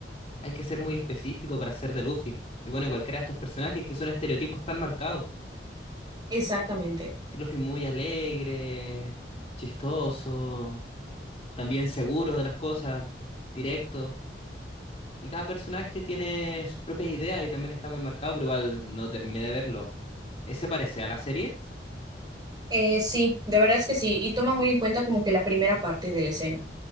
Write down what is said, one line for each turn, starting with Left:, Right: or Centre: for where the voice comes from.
Left: Hay que ser muy específico para ser de Luffy. Y bueno, cualquiera de estos personajes que son estereotipos tan marcados.
Right: Exactamente.
Left: Sí, Luffy es muy alegre, chistoso, también seguro de las cosas, directo. Y cada personaje tiene sus propias ideas y también está muy marcado, pero igual no terminé de verlo. ese parece a la serie
Right: Eh, sí, de verdad es que sí, y toma muy en cuenta como que la primera parte de la escena,